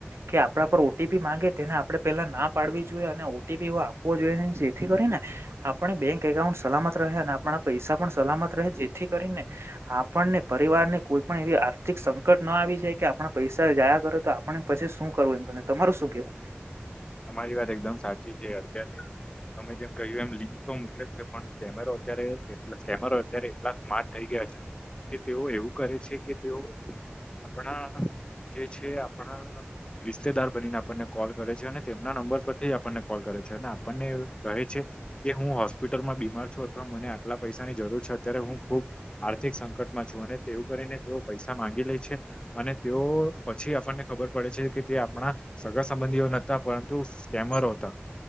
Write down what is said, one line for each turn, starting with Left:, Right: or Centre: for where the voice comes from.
Right: કે આપડા પર ઓટીપી માંગે તેને આપડે પેલા ના પાડવી જોઈએ અને ઓ ટી પી એ આપવો જોઈએ નહી જેથી કરીને આપણે બેંક એકાઉન્ટ સલામત રહે અને આપણા પૈસા પણ સલામત રહે જેથી કરીને આપન ને પરિવાર ને કોઈ પણ એવી આર્થિક સંકટ ના આવી છે કે આપણા પૈસા જાયા કરો તો આ પણ પછી શું કરવું એ તમારું શું કેવું?
Left: તમારી વાત એકદમ સાચી છે અત્યારે તમે જેમ કહ્યું એમ લિંક તો મોકલે છે પણ કેમેરો અત્યારે કેટલો કેમેરો અત્યારે એટલા સ્માર્ટ થઈ ગયા <unintelligible> કે તેઓ એવું કરે છે કે તેઓ આપણા જે છે આપણા રિશ્તેદાર બનીને આપણને કોલ કરે છે અને તેમના નંબર પરથી જ આપણને કોલ કરે છે અને આપણને કહે છે કે હું હોસ્પિટલમાં બીમાર છું અથવા મને આટલા પૈસાની જરૂર છે અત્યારે હું ખુબ આર્થિક સંકટમાં છું અને તેવું કરીને તેઓ પૈસા માંગી લે છે અને તેઓ પછી આપણને ખબર પડે છે કે તે આપણા સગા સંબંધીઓ ન તા પરંતુ સ્કેમરો અતા